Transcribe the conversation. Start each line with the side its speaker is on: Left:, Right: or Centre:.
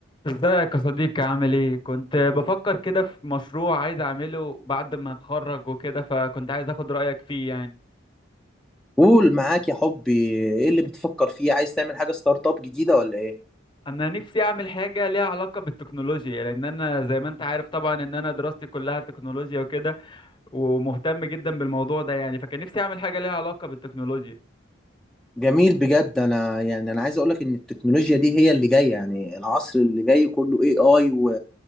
Left: ازيك يا صديقي عامل ايه كنت بفكر كده في مشروع عايز اعمله بعد ما اتخرج وكده فكنت عايز اخد رأيك فيه يعني
Centre: قول معاك يا حبي ايه اللي بتفكر فيه عايز تعمل حاجة ستارت اب جديدة ولا ايه
Left: انا نفسي اعمل حاجة ليها علاقة بالتكنولوجيا لان انا زي ما انت عارف طبعا ان انا دراستي كلها تكنولوجيا وكده ومهتم جدا بالموضوع ده يعني فكان نفسي اعمل حاجة ليها علاقة بالتكنولوجيا
Centre: جميل بجد انا يعني انا عايز اقولك ان التكنولوجيا دي هي اللي جاية يعني العصر اللي جاي كله اي اي و